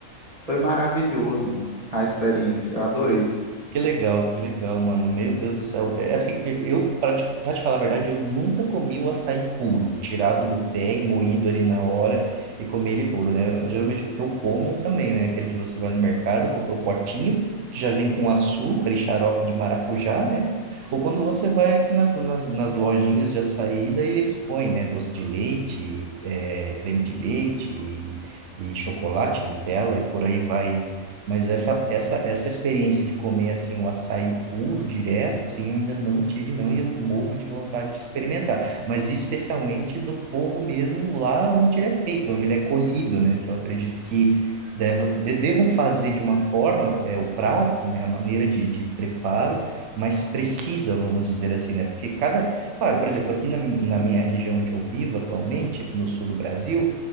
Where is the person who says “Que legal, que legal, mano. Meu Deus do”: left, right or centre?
Right